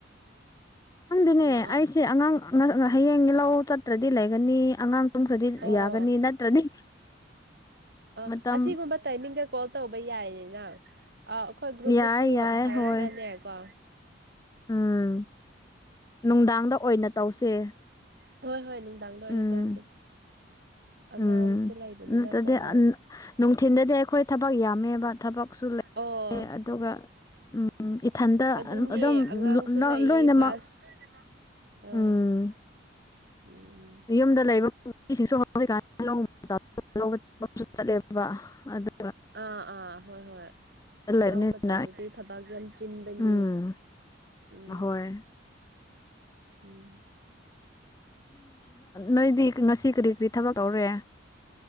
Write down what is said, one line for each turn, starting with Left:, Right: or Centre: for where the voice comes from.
Left: ꯪꯗꯨꯅꯦ
Right: ꯍꯜꯂꯣ
Left: ꯑꯩꯁꯦ ꯑꯉꯥꯡ ꯍꯌꯦꯡ ꯌꯦꯤꯜꯍꯧ ꯆꯠꯇ꯭ꯔꯗꯤ ꯂꯩꯒꯅꯤ ꯑꯉꯥꯡ ꯇꯨꯝꯈ꯭ꯔꯗꯤ
Right: ꯑꯣ
Left: ꯌꯥꯒꯅꯤ ꯅꯠꯇ꯭ꯔꯗꯤ
Right: ꯑ
Left: ꯃꯇꯝ
Right: ꯑꯁꯤꯒꯨꯝꯕ ꯇꯥꯏꯃꯤꯡꯗ ꯀꯣꯜ ꯇꯧꯕ ꯌꯥꯏꯅꯤꯅ ꯑ ꯑꯩꯈꯣꯏ ꯒ꯭ꯔꯨꯞꯇꯁꯨ
Left: ꯌꯥꯏ ꯌꯥꯏ
Right: ꯍꯥꯏꯔꯒꯅꯦ
Left: ꯍꯣꯏ
Right: ꯀꯣ
Left: ꯎꯝ ꯅꯨꯡꯗꯥꯡꯗ ꯑꯣꯏꯅ ꯇꯧꯁꯦ
Right: ꯍꯣꯏ ꯍꯣꯏ ꯅꯨꯡꯗꯥꯡꯗ ꯑꯣꯏꯅ
Left: ꯎꯝ
Right: ꯇꯧꯁꯤ ꯑꯉꯥꯡꯁꯨ
Left: ꯎꯝ
Right: ꯂꯩꯕꯅꯤꯅꯀꯣ
Left: ꯅꯠꯇꯗꯤ
Right: ꯅꯪ
Left: ꯅꯨꯡꯊꯤꯤꯟꯗꯗꯤ ꯑꯩꯈꯣꯏ ꯊꯕꯛ ꯌꯥꯝꯃꯦꯕ ꯊꯕꯛ ꯁꯨ ꯂꯩꯦ
Right: ꯑꯣ
Left: ꯑꯗꯨꯒ ꯎ ꯏꯊꯟꯇ
Right: ꯑꯗꯨꯅꯦ
Left: ꯑꯗꯨꯝ
Right: ꯑꯉꯥꯡꯁꯨ ꯂꯩꯌꯦ
Left: ꯂꯣꯏꯅꯃꯛ
Right: ꯄ꯭ꯂꯁ ꯑꯥ
Left: ꯎꯝ
Right: ꯎꯝ
Left: ꯌꯨꯝꯗ ꯂꯩꯕꯁꯤꯡꯁꯨ ꯍꯩ ꯠꯂꯦꯕ
Right: ꯑꯥ ꯑꯥ ꯍꯣꯏ ꯍꯣꯏ
Left: ꯂꯩꯕꯅꯤꯅ
Right: ꯂꯥꯛ ꯃꯇꯝꯗꯗꯤ ꯊꯕꯛ ꯌꯥꯝ ꯆꯤꯟꯕꯅꯦ
Left: ꯎꯝ
Right: ꯎꯝ
Left: ꯍꯣꯏ
Right: ꯎꯝ
Left: ꯅꯣꯏꯗꯤ ꯉꯁꯤ ꯀꯔꯤ ꯀꯔꯤ ꯊꯕꯛ ꯇꯧꯔꯦ